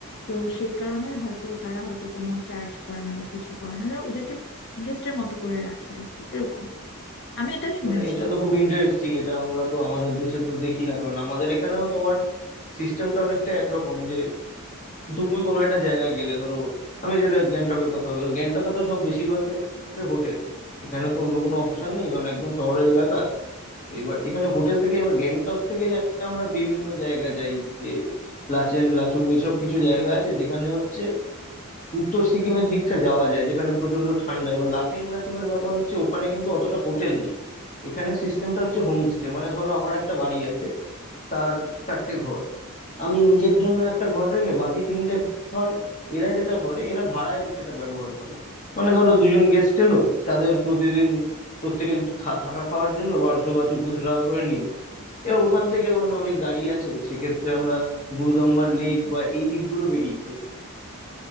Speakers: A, on the left; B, on the left.
A: তো সেই কারণে হয়তো তারা হয়তো কোনো চার্জ করে না বা কিছু করে না ওরা ওদেরকে গেস্টের মতো করে রাখে আর কি এরকম আমি এটাই শুনেছি
B: মানে এটা তো খুব ইন্টারেস্টিং এটা আমরা তো আমাদের দেশে তো দেখি না কারণ আমাদের এখানেও তোমার সিস্টেমটা অনেকটা একরকম যে তুমি কোনো একটা জায়গায় গেলে ধরো আমি যেটা গ্যাংটকের কথা বললাম গ্যাংটকে তো সব বেশিরভাগ ক্ষেত্রে হোটেল এখানে তো অন্য কোনো অপশন নেই কারণ একদম শহরের এলাকা এবার এখানে হোটেল থেকে এবার গ্যাংটক থেকে যে আমরা বিভিন্ন জায়গা যাই যে লাচেন লাচুং এসব কিছু জায়গা আছে যেখানে হচ্ছে উত্তর সিকিমের দিকটা যাওয়া যায় যেখানে প্রচন্ড ঠান্ডা এবার লাচেং লাচুং এর ব্যাপার হচ্ছে ওখানে কিন্তু অতটা হোটেল নেই এখানে সিস্টেমটা হচ্ছে হোমস্টে মানে ধরো আমার একটা বাড়ি আছে তার চারটে ঘর আমি নিজের জন্য একটা ঘর রেখে বাকি তিনটে ঘর এরা যেটা করে এরা ভাড়ায় সেটা ব্যবহার করে মানে ধরো দুজন গেস্ট এলো তাদের প্রতিদিন প্রত্যেকের খা- থাকা খাওয়ার জন্য বারোশো বা চোদ্দশো টাকা করে নিল এবার ওখান থেকে অন- অনেক গাড়ি আছে সেক্ষেত্রে আমরা গুরুদম্বার লেক বা এই দিকগুলো বেরিয়ে যাই